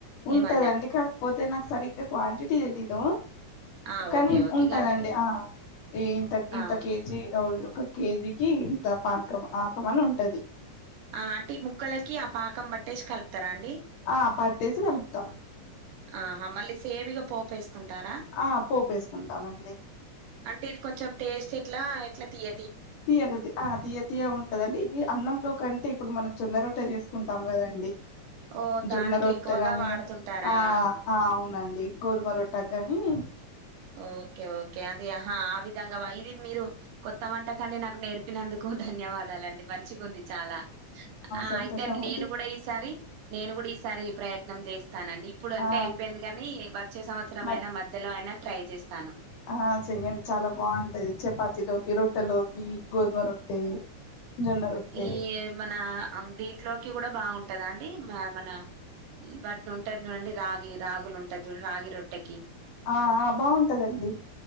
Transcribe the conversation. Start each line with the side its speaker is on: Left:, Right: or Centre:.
Left: ఉంటదండి
Right: ఏమన్నా
Left: కాకపోతే నాకు సరిగ్గా క్వాంటిటీ తెలీదు
Right: ఆ
Left: కానీ
Right: ఓకే ఓకే
Left: ఉంటదండి
Right: ఇగ అంతే
Left: ఆ ఇంత
Right: ఆ
Left: ఇంత కేజీ అ ఒక కేజీకి ఇంత పానకం ఆ కమం అని ఉంటది
Right: ఆ అంటే ఈ ముక్కలకి ఆ పాకం పట్టేసి కలుతారా అండి
Left: ఆ పట్టేసి కలుపుతాం
Right: ఆహ మళ్ళీ సేమిగా పోపేస్త ఉంటారా
Left: ఆ పోపేసుకుంటామండి
Right: అంటే ఇది కొంచెం టేస్ట్ ఇట్లా ఇట్లా తియ
Left: దియే కతే ఆ దియే తియగ ఉంటదండి ఇది అన్నంలో కంటే ఇప్పుడు మనం జొన్న రొట్టె చేసుకుంటాం కదాండి
Right: ఓ
Left: జొన్న
Right: దానికి
Left: రొట్టెగాని
Right: ఎక్కువగా వాడుతుంటారా
Left: ఆ ఆ అవునండి దేయి గోధుమ రొట్టె గాని
Right: ఓకే ఓకే అది ఆహా ఆ విధంగా ఇది మీరు కొత్త వంటకాన్ని నాకు నేర్పినందుకు ధన్యవాదాలండి మంచిగా ఉంది చాలా ఆ
Left: సంతోషం
Right: అయితే నేను
Left: అండి
Right: కూడా ఈసారి నేను కూడా ఈసారి ఈ ప్రయత్నం చే స్తానండి ఇప్పుడు అంటే
Left: ఆ
Right: అయిపోయింది కాని వచ్చే సంవత్సరం
Left: మ
Right: అయినా మధ్యలో అయినా ట్రై చేస్తాను
Left: ఆ చెయ్యండి చాలా బాగుంటది చపాతిలోకి రొట్టెలోకి గోధుమ రొట్టె జొన్న రొట్టె
Right: ఈ మన దీంట్లోకి కూడా బాగుంటద అండి మన వాటిని ఉంటారు చూడండి రాగి రాగులు ఉంటారు చూడం రాగి రొట్టెకి
Left: ఆ ఆ బాగుంటదండి